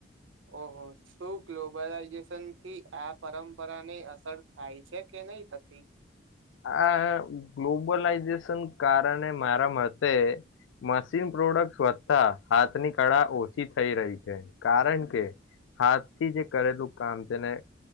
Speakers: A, on the right (about 75°); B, on the left (about 75°).
A: ઓહો શું ગ્લોબલાઈઝેશનથી આ પરંપરાની અસર થાય છે કે નહી થતી.
B: આ ગ્લોબલાઈઝેશન કારણે મારા મતે મશીન પ્રોડક્ટ વધતા હાથની કળા ઓછી થઈ રહી છે કારણ કે હાથથી જે કરેલું કામ તેને